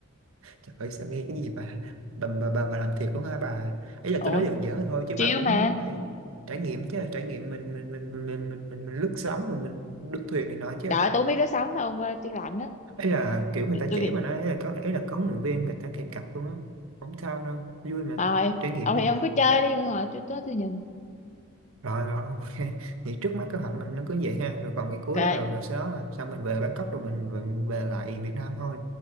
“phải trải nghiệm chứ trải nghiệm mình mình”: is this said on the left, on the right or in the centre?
Right